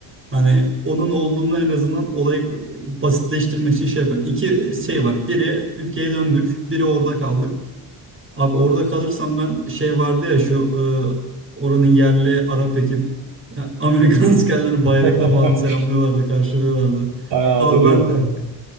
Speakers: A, on the right; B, on the right.
A: Hani onun olduğunu en azından olayı basitleştirmek için şey yapıyorum. İki şey var. Biri ülkeye döndük. Biri orada kaldık. Abi orada kalırsam ben şey vardı ya şu e, oranın yerli Arap ekip ya, Amerikan <laughs> askerlerini bayrakla
B: <laughs>
A: falan selamlıyorlardı, karşılıyorlardı.
B: Aynen
A: Abi
B: hatırlıyorum.
A: ben
B: <laughs>